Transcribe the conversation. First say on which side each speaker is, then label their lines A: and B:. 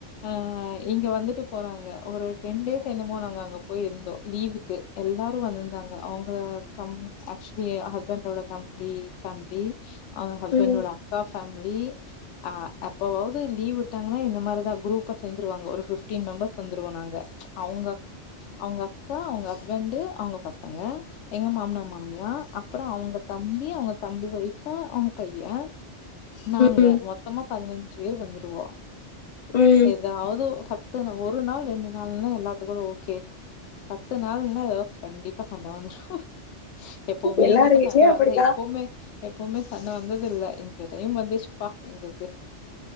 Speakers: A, on the left; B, on the left.
A: ஆ இங்க வந்துட்டு போறாங்க ஒரு டென் டேஸ் என்னமோ நாங்க அங்க போய் இருந்தோ லீவுக் க் எல்லாரு வந்திந்தாங்க அவுங்க தம் ஆக்சுலி ஏ ஹஸ்பண்டோட தம்பி ஃபேமிலி ஆ ஹஸ்பண்ட்டோட
B: ம்
A: அக்கா ஃபேமிலி அ அப்பவாவ்து லீவ்விட்டாங்கன்னா இந்த மாரிதா குரூப்பா சேந்துருவாங்கோ ஒரு பிஃப்டீன் மெம்பர்ஸ் வந்துருவோ நாங்க அவுங்க அவுங்க அக்கா அவுங்க ஹஸ்பண்ட்டு அவங்க பசங்க எங்க மாம்னா மாமியா அப்புறோ அவுங்க தம்பி அவுங்க தம்பி ஒய்ஃபு அவுங்க பைய்யே நாங்க
B: ம்
A: மொத்தமா பதினஞ்சி பேர் வந்துருவோ
B: ம்
A: எதாவது பத்துனு ஒரு நாள் ரெண்டு நாள்னா எல்லாத்துக்கூட ஓகே பத்து நாள்னா எதோ கண்டிப்பா சண்ட வந்துரு எப்பவுமே
B: எல்லார்
A: எங்கிட்ட
B: வீட்லயு
A: சண்ட வந்தே
B: அப்படிதா
A: எப்போமே எப்போமே சண்ட வந்தில்ல இந்த டைம் வந்ச்சிப்பா எங்கள்க்கு